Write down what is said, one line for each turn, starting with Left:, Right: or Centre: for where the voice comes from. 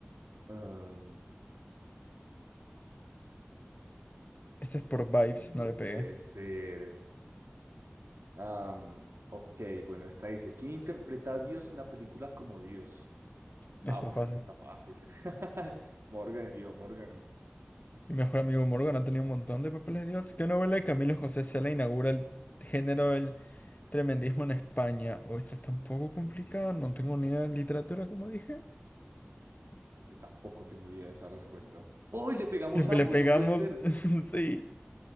Right: Um,
Left: Esta es por Vibes,
Right: no
Left: no le
Right: puede
Left: pegué.
Right: ser. Am, ok, bueno, esta dice, ¿quién interpreta a Dios en la película como Dios?
Left: Está
Right: Ah, bueno,
Left: fácil.
Right: esa está fácil. <laughs> Morgan, el viejo Morgan.
Left: Mi mejor amigo Morgan ha tenido un montón de papeles de Dios. ¿Qué novela de Camilo José Cela inaugura el género del tremendismo en España? Oh, esta está un poco complicada, no tengo ni idea de literatura, como dije.
Right: Yo tampoco tengo idea de esa respuesta. ¡Oh, y le pegamos
Left: Le, le
Right: ambos!
Left: pegamos,
Right: No puede ser.
Left: <laughs> sí.